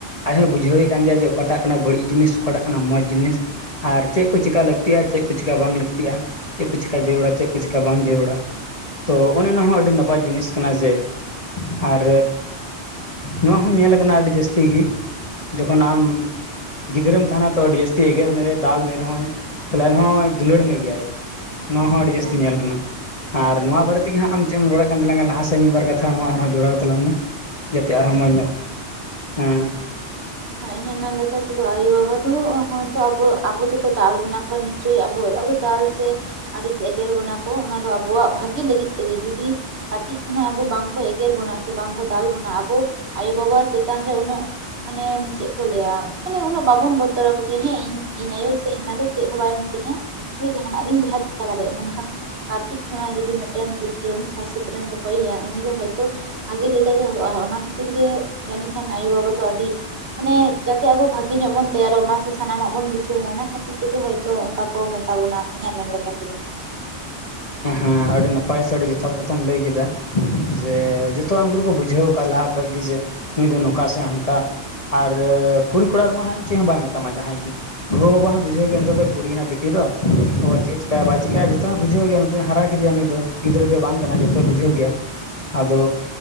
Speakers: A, on the left; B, on the right.
A: ᱟᱡ ᱦᱚᱭ ᱵᱩᱡᱷᱟᱹᱣᱮᱫ ᱠᱟᱱ ᱜᱮᱭᱟ ᱡᱮ ᱚᱠᱟᱴᱟᱜ ᱠᱟᱱᱟ ᱵᱟᱹᱲᱤᱡ ᱡᱤᱱᱤᱥ ᱚᱠᱟᱴᱟᱜ ᱠᱟᱱᱟ ᱢᱚᱡᱽ ᱡᱤᱱᱤᱥ, ᱟᱨ ᱪᱮᱫ ᱠᱚ ᱪᱮᱠᱟ ᱞᱟᱹᱠᱛᱤᱭᱟ ᱾ ᱪᱮᱫ ᱠᱚ ᱪᱤᱠᱟ ᱵᱟᱝ ᱞᱟᱹᱠᱛᱤᱜᱼᱟ ᱪᱮᱫ ᱠᱚ ᱪᱤᱠᱟᱹ ᱡᱟᱹᱨᱩᱲᱟ ᱪᱮᱫ ᱠᱚ ᱪᱤᱠᱟᱹ ᱵᱟᱝ ᱡᱟᱹᱨᱩᱲᱟ ᱛᱚ ᱚᱱᱮ ᱚᱱᱟ ᱦᱚᱸ ᱟᱹᱰᱤ ᱱᱟᱯᱟᱭ ᱡᱤᱱᱤᱥ ᱠᱟᱱᱟ ᱡᱮ ᱟᱨᱻ ᱱᱚᱣᱟ ᱦᱚᱸ ᱧᱮᱞ ᱠᱟᱱᱟ ᱟᱹᱰᱤ ᱡᱟᱹᱥᱛᱤ ᱜᱮ ᱡᱚᱠᱷᱚᱱ ᱟᱢ ᱜᱤᱫᱽᱨᱟᱹᱢ ᱛᱟᱦᱮᱱᱟ ᱛᱚ ᱟᱹᱰᱤ ᱡᱟᱹᱥᱛᱤ ᱮᱜᱮᱨ ᱢᱮᱨᱮ ᱫᱟᱞ ᱢᱮ ᱨᱮᱦᱚᱸᱭ ᱾ ᱯᱟᱞᱮᱱ ᱦᱚᱸᱭ ᱫᱩᱞᱟᱹᱲ ᱢᱮ ᱜᱮᱭᱟᱭ ᱱᱚᱣᱟ ᱦᱚᱸ ᱟᱹᱰᱤ ᱡᱟᱹᱥᱛᱤ
B: ᱦᱮᱸ
A: ᱧᱮᱞ ᱟᱠᱟᱱᱟ ᱾ ᱟᱨ ᱱᱚᱣᱟ
B: ᱴᱷᱤᱠ
A: ᱵᱟᱨᱮ ᱛᱮᱜᱮ ᱦᱟᱸᱜ ᱟᱢ ᱪᱮᱫ ᱮᱢ ᱨᱚᱲᱮᱫ ᱠᱟᱱ ᱛᱟᱞᱟᱝᱟ ᱞᱟᱦᱟ ᱥᱮᱫ ᱢᱤᱫᱵᱟᱨ ᱠᱟᱛᱷᱟ ᱱᱚᱣᱟ ᱟᱨᱦᱚᱸ ᱡᱚᱲᱟᱣ ᱛᱞᱟᱝ ᱢᱮ, ᱡᱟᱛᱮ ᱟᱨᱦᱚᱸ
B: ᱦᱮᱸ
A: ᱢᱚᱡᱽ
B: ᱟᱪᱪᱷᱟ
A: ᱧᱚᱜ ᱦᱮᱸ
B: ᱦᱮᱸ ᱤᱧᱟᱹᱜ ᱢᱮᱱ ᱞᱮᱠᱟᱛᱮ ᱫᱚ ᱟᱭᱳ ᱵᱟᱵᱟ ᱫᱚ ᱦᱚᱭᱛᱚ ᱟᱵᱚ ᱟᱵᱚ ᱫᱚᱠᱚ ᱫᱟᱞ ᱵᱚᱱᱟ ᱠᱚ ᱪᱮᱜ ᱟᱵᱚ ᱟᱵᱚ ᱫᱟᱞ ᱥᱮ ᱟᱹᱲᱤᱥ ᱮᱜᱮᱨ ᱵᱚᱱᱟ ᱠᱚ ᱚᱱᱟ ᱫᱚ ᱟᱵᱚᱣᱟᱜ ᱵᱷᱟᱜᱤ ᱞᱟᱹᱜᱤᱫ ᱛᱮᱜᱮ ᱡᱩᱫᱤ ᱠᱟᱹᱴᱤᱡ ᱠᱷᱚᱱᱟᱜ ᱟᱵᱚ ᱵᱟᱝ ᱠᱚ ᱮᱜᱮᱨ ᱵᱚᱱᱟ ᱥᱮ ᱵᱟᱝ ᱠᱚ ᱫᱟᱞ ᱵᱚᱱᱟ ᱟᱵᱚ ᱟᱭᱳ ᱵᱟᱵᱟ ᱪᱮᱛᱟᱱ ᱨᱮ ᱩᱱᱟᱹᱜ ᱢᱟᱱᱮ ᱪᱮᱫ ᱠᱚ ᱞᱟᱹᱭᱟ ᱾ ᱢᱟᱱᱮ ᱩᱱᱟᱹᱜ ᱵᱟᱵᱚᱱ ᱵᱚᱛᱚᱨ ᱟᱠᱚ ᱜᱮᱭᱟ ᱦᱮᱸ ᱤᱧ ᱤᱧ ᱟᱭᱳ ᱥᱮ ᱤᱧ ᱢᱟ ᱫᱚ ᱪᱮᱫ ᱦᱚᱸ ᱵᱟᱭ ᱢᱤᱛᱟᱹᱧᱟ ᱡᱮ ᱡᱟᱦᱟᱱᱟᱜ ᱾ ᱤᱧ ᱡᱟᱦᱟᱸ ᱪᱮᱠᱟᱹ ᱫᱟᱲᱮᱭᱟᱜᱼᱟ ᱢᱮᱱᱠᱷᱟᱱ ᱠᱟᱹᱴᱤᱡ ᱠᱷᱚᱱᱟᱜ ᱡᱩᱫᱤ ᱢᱤᱫᱴᱮᱱ ᱜᱤᱫᱽᱨᱟᱹᱢ ᱥᱟᱥᱮᱛ ᱨᱮᱢ ᱫᱚᱦᱚᱭᱮᱭᱟ ᱩᱱᱤ ᱫᱚ ᱦᱚᱭᱛᱚ ᱵᱷᱟᱜᱮ ᱞᱮᱠᱟ ᱜᱮ ᱦᱚᱲᱚᱜᱼᱟᱭ ᱚᱱᱟ ᱠᱷᱟᱹᱛᱤᱨ ᱜᱮ ᱡᱟᱹᱱᱤᱡ ᱠᱷᱟᱱ ᱟᱭᱳ-ᱵᱟᱵᱟ ᱫᱚ ᱟᱹᱰᱤ ᱢᱟᱱᱮ ᱡᱟᱛᱮ ᱟᱵᱚ ᱵᱷᱟᱜᱤ ᱧᱚᱜ ᱵᱚᱱ ᱛᱮᱭᱟᱨᱚᱜ ᱢᱟ ᱥᱮ ᱥᱟᱱᱟᱢᱟᱜ ᱵᱚᱱ ᱵᱩᱡᱷᱟᱹᱣ ᱢᱟ ᱚᱱᱟ ᱠᱷᱟᱹᱛᱤᱨ ᱛᱮᱜᱮ ᱦᱭᱛᱳ ᱚᱱᱠᱟ ᱠᱚ ᱢᱮᱛ ᱛᱟᱵᱚᱱᱟ ᱤᱧᱟᱜ ᱢᱮᱱ ᱞᱮᱠᱟ ᱛᱮᱫᱚ ᱾
A: ᱦᱮᱸ ᱟᱹᱰᱤ ᱱᱟᱯᱟᱭ ᱥᱮ ᱟᱹᱰᱤ ᱡᱚᱛᱷᱟᱛ ᱠᱟᱛᱷᱟᱢ ᱞᱟᱹᱭ ᱠᱮᱫᱟ ᱾ ᱡᱮ ᱡᱚᱛᱚᱣᱟᱜ ᱩᱱᱠᱩ ᱫᱚᱠᱚ ᱵᱩᱡᱷᱟᱹᱣ ᱠᱟᱜᱼᱟ ᱞᱟᱦᱟ ᱠᱷᱚᱡ ᱜᱮ ᱡᱮ ᱱᱩᱭ ᱫᱚ ᱱᱚᱝᱠᱟ ᱥᱮ ᱦᱟᱱᱠᱟ ᱾ ᱟᱨ ᱠᱩᱲᱤ ᱠᱚᱲᱟ ᱨᱮᱢᱟ ᱦᱟᱸᱜ ᱪᱮᱫ ᱦᱚᱸ ᱵᱟᱭ ᱢᱮᱛᱟᱢᱟ ᱡᱟᱦᱟᱸᱭ ᱜᱮ ᱵᱷᱳᱜᱽ <unintelligible> ᱦᱟᱸᱜ ᱮ ᱵᱩᱡᱷᱟᱹᱣ
B: ᱦᱩᱸ
A: ᱜᱮᱭᱟ ᱱᱤᱛᱚᱜ ᱫᱚ ᱠᱩᱲᱤ ᱮᱱᱟᱭ ᱵᱤᱴᱤ ᱫᱚ ᱟᱵᱚ ᱪᱮᱫ ᱪᱮᱠᱟᱭᱟ ᱵᱟᱭ ᱪᱮᱠᱟᱭᱟ ᱡᱚᱛᱚ ᱦᱟᱸᱜ ᱮ ᱵᱩᱡᱷᱟᱹᱣ ᱜᱮᱭᱟ ᱾ ᱱᱤᱛ ᱫᱚ ᱦᱟᱨᱟ ᱠᱮᱫᱮᱭᱟ ᱱᱩᱭ ᱫᱚ ᱜᱤᱫᱽᱨᱟᱹ ᱫᱚ ᱵᱟᱝ ᱠᱟᱱᱟ ᱡᱚᱛᱚᱭ ᱵᱩᱡᱷᱟᱹᱣ ᱜᱮᱭᱟ ᱾ ᱟᱫᱚ